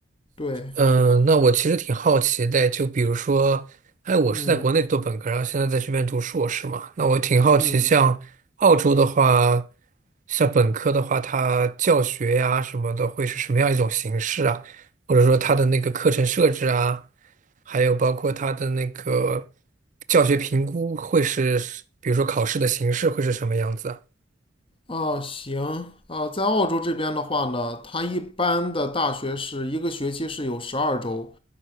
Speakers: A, on the left; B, on the right.
A: 对，
B: 嗯，
A: 是的。
B: 那我其实挺好奇的，就比如说，哎，我是在国内读本科，
A: 嗯
B: 然后现在在这边读硕士嘛，那我挺好奇，
A: 嗯，
B: 像澳洲的话，像本科的话，它教学呀什么的会是什么样一种形式啊？或者说它的那个课程设置啊，还有包括它的那个教学评估会是，比如说考试的形式会是什么样子啊？
A: 哦，行，啊，在澳洲这边的话呢，它一般的大学是一个学期是有十二周，